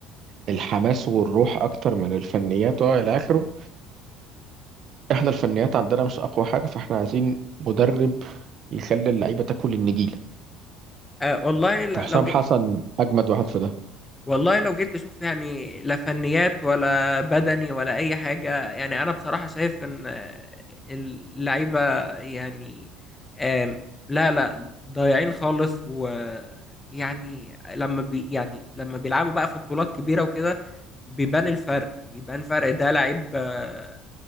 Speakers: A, on the right; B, on the left.
A: الحماس والروح اكتر من الفنيات والى اخره احنا الفنيات عندنا مش اقوى حاجة فاحنا عايزين مدرب يخلي اللعيبة تاكل النجيل
B: آه والله ل-
A: فحسام
B: لو جي...
A: حسن اجمد واحد في ده
B: والله لو جيت تشوف يعني لا فنيات ولا بدني ولا اي حاجه يعني انا بصراحه شايف ان آه، اللعيبه يعني آم، لا لا ضايعين خالص ويعني لما بي يعني لما بيلعبوا بقى في بطولات كبيره وكده بيبان الفرق بيبان فرق ده لعيب آه،